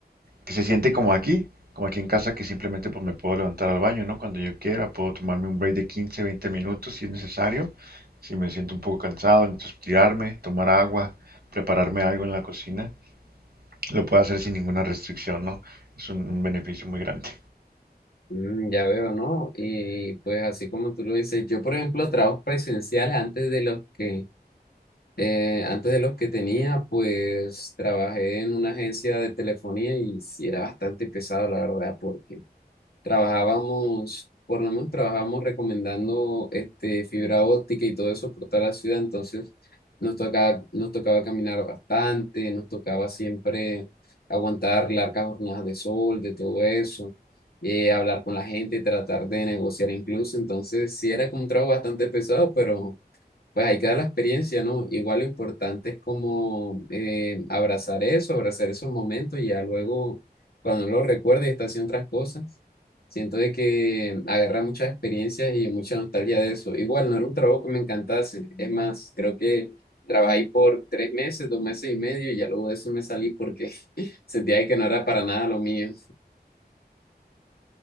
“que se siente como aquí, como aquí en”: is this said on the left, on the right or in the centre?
Right